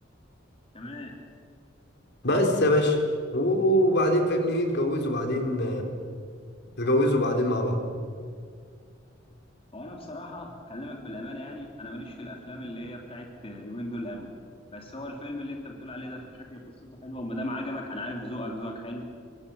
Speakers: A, on the left (about 30°); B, on the left (about 60°).
A: تمام
B: بس يا باشا وبعدين فاهمني ايه اتجوزوا بعدين اتجوزوا بعدين مع بعض
A: هو انا بصراحه اكلمك بالامانه يعني انا ماليش في الافلام اللي هي بتاعت اليومين دول قوي بس هو الفيلم اللي انت بتقول عليه ده شكل قصته حلوه وما دام عجبك انا عارف ذوقك ذوقك حلو